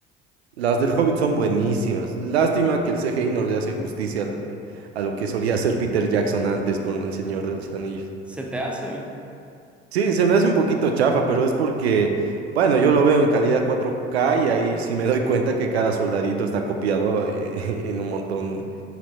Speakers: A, on the right; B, in the centre.
A: Las del Hobbit son buenísimas. Lástima que el CGI no le hace justicia a la- a lo que solía hacer Peter Jackson antes con El Señor de los Anillos.
B: ¿Se te hace?
A: Sí, se me hace un poquito chafa, pero es porque, bueno, yo lo veo en calidad 4K y ahí sí me doy cuenta que cada soldadito está copiado eh, <laughs> en un montón